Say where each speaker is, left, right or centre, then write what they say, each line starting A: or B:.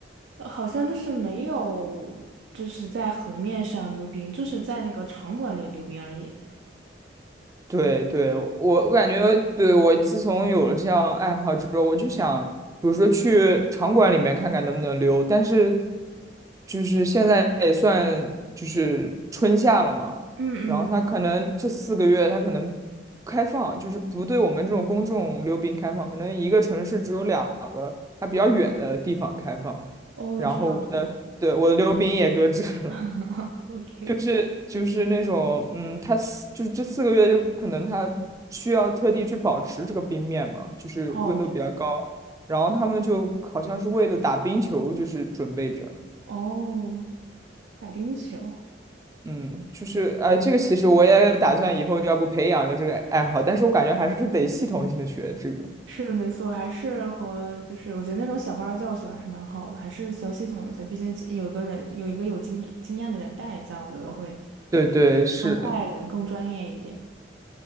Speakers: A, on the right; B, on the right.
A: 呃好像就是没有，就是在河面上溜冰，就是在那个场馆里溜冰而已。
B: 对对，我我感觉，对，我自从有了这样爱好之后，我就想，比如说去场馆里面看看能不能溜，但是就是现在也算就是春夏了嘛，
A: 嗯嗯，
B: 然后它可能这四个月它可能开放，就是不对我们这种公众溜冰开放，可能一个城市只有两个还比较远的地方开放，
A: 哦，
B: 然后我的，
A: 这样子
B: 对，我的溜冰也搁置了。
A: <laughs>，OK。
B: 是就是那种，嗯，他四就是这四个月就可能他需要特地去保持这个冰面嘛，就是温度比较高，
A: 哦，对，
B: 然后他们就好像是为了打冰球，就是准备着，
A: 哦，打冰球
B: 嗯，就是哎、这个其实我也打算以后要不培养一个这个爱好，但是我感觉还是得系统性的学这个。
A: 是的，没错，还是和就是我觉得那种小班儿教学还是蛮好的，还是需要系统一下，毕竟有一个人有一个有经经验的人带一下，我觉得会
B: 对对，是的，
A: 更快一点，更专业一点。